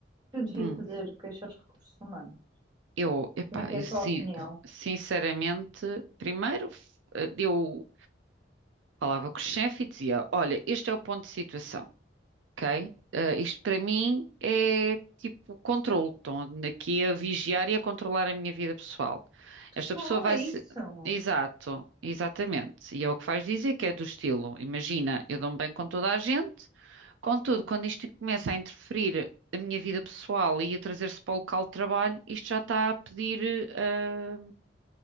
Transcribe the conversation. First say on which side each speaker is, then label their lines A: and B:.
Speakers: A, on the right (about 25°); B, on the right (about 80°).
A: que eu devia
B: Hum,
A: fazer queixa aos recursos humanos?
B: eu, epá,
A: Como é que
B: eu
A: é a
B: sin-
A: tua opinião?
B: sinceramente, primeiro f- eu falava com o chefe e dizia, olha, este é o ponto de situação. ok? Ah, isto para mim é tipo controle. Estão aqui a vigiar e a controlar a minha vida pessoal.
A: Pessoal,
B: Esta pessoa vai
A: é
B: se.
A: isso.
B: Exato, exatamente. E é o que faz dizer que é do estilo. Imagina, eu dou-me bem com toda a gente, contudo, quando isto começa a interferir a minha vida pessoal e a trazer-se para o local de trabalho, isto já está a pedir. ah,